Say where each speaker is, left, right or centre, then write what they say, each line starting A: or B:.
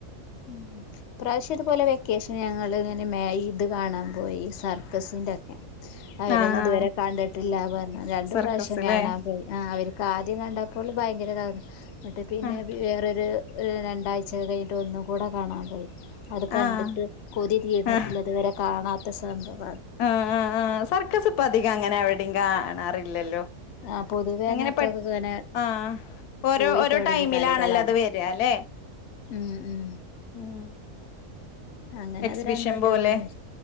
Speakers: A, on the left; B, on the left.
A: ഉം ഇപ്രാവശ്യം ഇതുപോലെ വെക്കേഷന് ഞങ്ങള് ഇങ്ങനെ മേ ഇത് കാണാൻ പോയി സർക്കസ് ഇതൊക്കെ അവരൊന്നും
B: ആഹ്
A: ഇതുവരെ കണ്ടിട്ടില്ല പറ്ഞ്ഞ്. രണ്ടു
B: സർക്കസ്ല്ലേ
A: പ്രാവ്ശ്യം കാണാൻ പോയി ആഹ് അവർക്ക് ആദ്യം കണ്ടപ്പോൾ ഭയങ്കര എന്നിട്ട് പിന്നെ
B: ആഹ്
A: വേറൊരു രണ്ടാഴ്ച കഴിഞ്ഞിട്ട് ഒന്നും കൂടെ കാണാൻ പോയി അത് കണ്ടിട്ട്
B: ആഹ്
A: കൊതി തീർന്നിട്ടില്ലതുവരെ
B: ആഹ്
A: കാണാത്ത സംഭവം
B: ആഹ് ആഹ് ആഹ് സർക്കസ് ഇപ്പ അധിക അങ്ങനെ എവിടിം കാണാറില്ലല്ലോ
A: ആ പൊതുവെ
B: എങ്ങനെ
A: അങ്ങനത്തൊക്കെ
B: പെ ട്ട്
A: ഇങ്ങനെ
B: ആഹ് ഓരോ
A: പോയി
B: ഓരോ
A: തുടങ്ങിയ
B: ടൈമിലാണല്ലോ
A: കളികളാണ്
B: അത് വര ലെ
A: ഉം ഉം
B: ഉം
A: അങ്ങനെ
B: എക്സിബിഷൻ
A: അത് രണ്ട് വട്ടം
B: പോലെ
A: <unintelligible>